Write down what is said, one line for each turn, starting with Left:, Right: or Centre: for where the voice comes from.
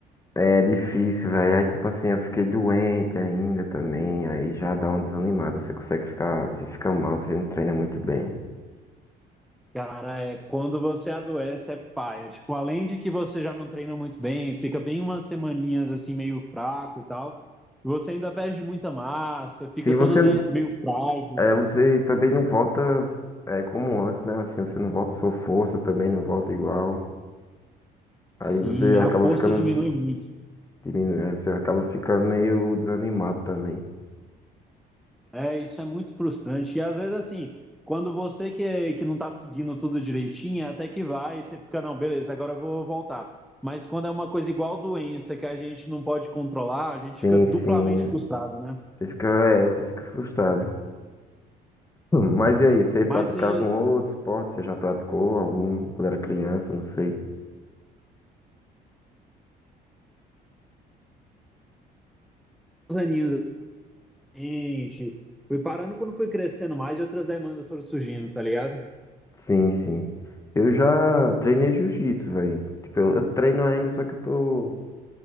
Left: É difícil, velho. Aí tipo assim, eu fiquei doente ainda também, aí já dá uma desanimada. Você consegue ficar, você fica mal, você não treina muito bem.
Centre: Cara, é quando você adoece é paia. Tipo, além de que você já não treina muito bem, fica bem umas semaninhas assim meio fraco e tal. Você ainda perde muita massa, fica
Left: Se você,
Centre: todo de- meio frágil.
Left: é, você também não volta é, como antes, né? Assim, você não volta sua força também, não volta igual. Aí
Centre: Sim,
Left: você acaba
Centre: a força
Left: ficando
Centre: diminui muito.
Left: diminuindo, aí você acaba ficando meio desanimado também.
Centre: É, isso é muito frustrante. E às vezes, assim, quando você que, que não tá seguindo tudo direitinho, até que vai, você fica, não, beleza, agora eu vou voltar. Mas quando é uma coisa igual doença que a gente não pode controlar, a gente
Left: Sim,
Centre: fica duplamente
Left: sim.
Centre: frustrado, né?
Left: Você fica, é, você fica frustrado. Hum, Mas e aí, você pratica
Centre: Mas se
Left: algum outro esporte? Você já praticou algum quando era criança? Não sei.
Centre: os aninhos, gente, fui parando quando fui crescendo mais e outras demandas foram surgindo, tá ligado?
Left: Sim, sim. Eu já treinei jiu-jitsu, velho. Tipo, eu, eu treino ainda, só que eu tô